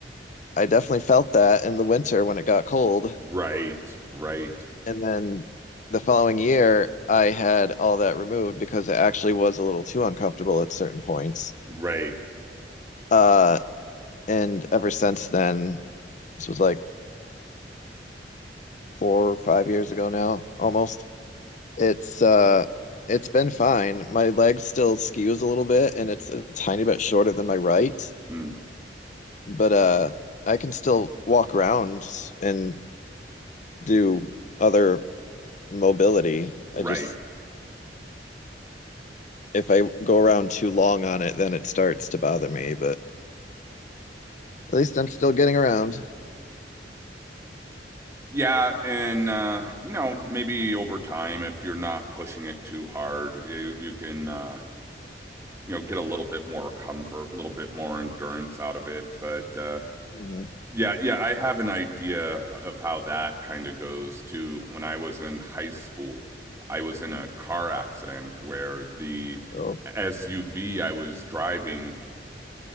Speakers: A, on the left; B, on the right.
A: I definitely felt that in the winter when it got cold.
B: Right, right,
A: And then the following year, I had all that removed because it actually was a little too uncomfortable at certain points.
B: right,
A: Uh, and ever since then, this was like four or five years ago now, almost. It's uh, it's been fine. My leg still skews a little bit, and it's a tiny bit shorter than my right,
B: mm,
A: but uh, I can still walk around and do other mobility. I
B: right.
A: just if I go around too long on it, then it starts to bother me, but at least I'm still getting around.
B: Yeah, and uh, you know, maybe over time, if you're not pushing it too hard, you you can uh, you know, get a little bit more comfort, a little bit more endurance out of it. But uh,
A: Mhm.
B: yeah, yeah, I have an idea of how that kind of goes too. When I was in high school, I was in a car accident where the
A: Oh,
B: SUV I was driving